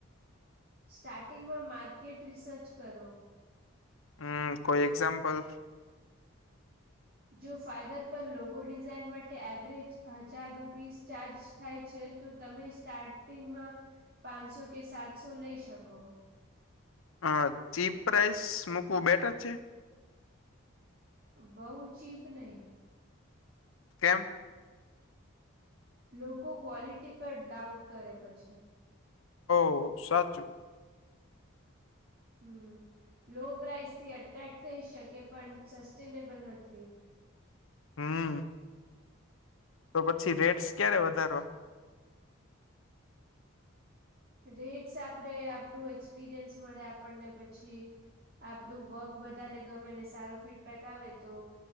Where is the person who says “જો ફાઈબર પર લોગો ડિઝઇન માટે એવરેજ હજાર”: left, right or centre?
Right